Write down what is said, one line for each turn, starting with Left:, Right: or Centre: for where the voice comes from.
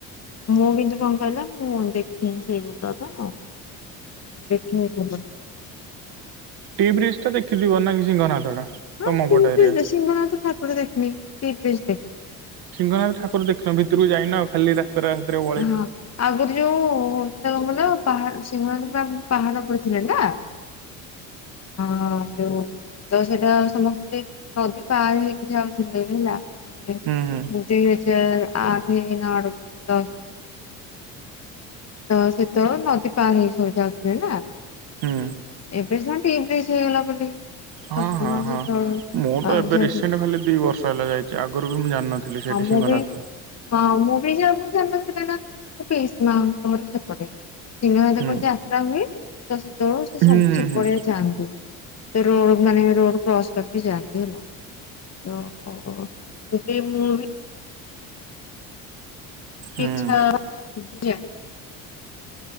Left: ମୁଁ କିନ୍ତୁ କଣ କହିଲ ମୁଁ ଦେଖିନି ସେଇ ଗୁଡ଼ା ତ। ଦେଖି <inaudible>
Right: ଟି ବ୍ରିଜ ଟା ଦେଖିଥିିବ ନାଇ ସିଂହନାଥ ଟା।
Left: ହଁ
Right: ତମ ପଟ
Left: ତି
Right: ଏରିଆ।
Left: ଦେ ସିଂହନାଥ ଠାକୁର ଦେଖିନି ଟି ବ୍ରିଜ ଦେଖିଛି।
Right: ସିଂହନାଥ ଠାକୁର ଦେଖିନ ଭିତରକୁ ଯାଇନ ଖାଲି ରା ରାତିରେ
Left: ହଁ ଆଗରୁ ଯୋଉ କହିଲ ପାହାଡ ସିଂହନାଦ ପୁରା ପାହାଡ ପଡି ଥିଲା ନା। ହଁ ଯଉ ତ ସେଇଟା ସମସ୍ତେ ନଦୀ ପାର ହେଇକି ଯାଉଥିଲେ ହେଲା। ମାନେ
Right: ହୁଁ ହୁଁ
Left: ଦୁଇ ହଜାର ଆଠ ନଆଡକୁ ଦଶ ହ ତ ସେ ତଳେ ନଦୀ ପାର ହେଇ ସବୁ ଯାଉଥିଲେ ନା।
Right: ହୁଁ।
Left: ଏବେ ସିନା ଟି ବ୍ରିଜ ହେଇଗଲା ବୋଲି।
Right: ହଁ
Left: ସବୁ
Right: ହଁ
Left: ନହେଲେ
Right: ହଁ
Left: ସେତେବେଳେ
Right: ମୁଁ
Left: ହଁ
Right: ତ ଏବେ ରିସେଣ୍ଟ ଖାଲି ଦି ବର୍ଷ ହେଲା ଯାଇଛି ଆଗରୁ ବି ମୁଁ ଜାଣିନଥିଲି ସେଠି
Left: ମୁଁ
Right: ସିଂହନାଥ।
Left: ବି ହଁ ମୁଁ ବି ଯ ମୁୁ ଜାଣିନଥିଲି ମୋ ପିଇସି ମା ଙ୍କ ଘର ସେପଟେ। ସିଂହନାଥ
Right: ହୁଁ
Left: କଣ ଯାତ୍ରା ହୁଏ ତ ସେତେବେଳେ ସେ
Right: ହୁଁ
Left: ସବୁ
Right: ହୁଁ
Left: ସେ
Right: ହୁଁ
Left: ପଡ଼ିଆକୁ ଯାଆନ୍ତି। ରୋଡ ମାନେ ରୋଡ କ୍ରସ କରିକି ଯଆନ୍ତି ହେଲା ତ ତେବେ ମୁଁ ବି
Right: ହୁଁ।
Left: ଇଛା <inaudible>